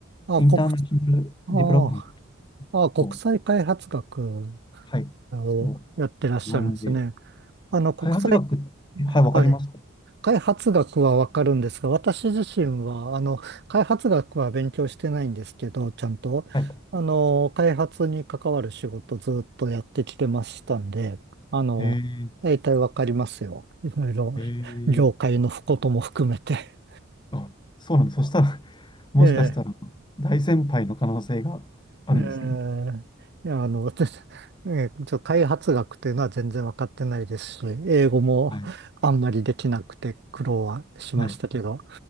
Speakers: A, on the right (about 55°); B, on the left (about 25°).
A: あ、
B: インターナショナルディベロップメン
A: 国、あーあ、国際開発学
B: トを、はい、
A: をやってらっしゃるんですね。
B: を学んで、
A: あの、国際、
B: 開発学って、はい、わかりますか
A: はい。開発学はわかるんですが、私自身は、あの、開発学は勉強してないんですけど、ちゃんと、
B: はい。
A: あの、開発に関わる仕事ずっとやってきてましたんで、あの、
B: へえ、
A: 大体わかりますよ。いろいろ、
B: へえ、
A: 業界のことも含めて。
B: あ、そうなんです。そしたら、<laughs> もしかしたら、
A: <laughs> ええ、
B: 大先輩の可能性があるんですね。
A: ええ、いや、あの、私、ええ、ちょ、開発学というのは全然わかってないですし、英語もあんまりできなくて苦労はしましたけど、
B: はい。はい。